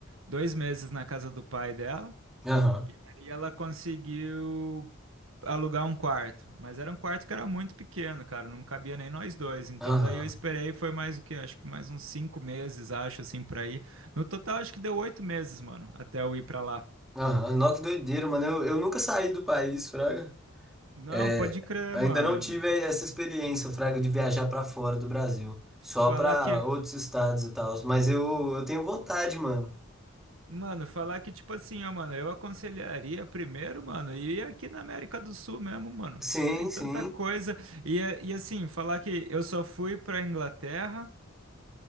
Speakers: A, on the right; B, in the centre.
A: dois meses na casa do pai dela.
B: Aham,
A: E ela conseguiu alugar um quarto, mas era um quarto que era muito pequeno, cara, não cabia nem nós dois. Então
B: aham,
A: daí eu esperei, foi mais o quê? Acho que mais uns cinco meses, acho, assim, pra ir. No total, acho que deu oito meses, mano, até eu ir pra lá.
B: aham. Nó, que doideira, mano. Eu, eu nunca saí do país, Fraga.
A: Não,
B: É,
A: pode crer,
B: ainda
A: mano.
B: não tive essa experiência, Fraga, de viajar pra fora do Brasil. Só
A: Falar
B: pra
A: que,
B: outros estados e tal. Mas eu, eu tenho vontade, mano.
A: mano, falar que, tipo assim, ó, mano, eu aconselharia primeiro, mano, ir aqui na América do Sul mesmo, mano.
B: Sim,
A: Tem tanta
B: sim.
A: coisa. E, e assim, falar que eu só fui pra Inglaterra.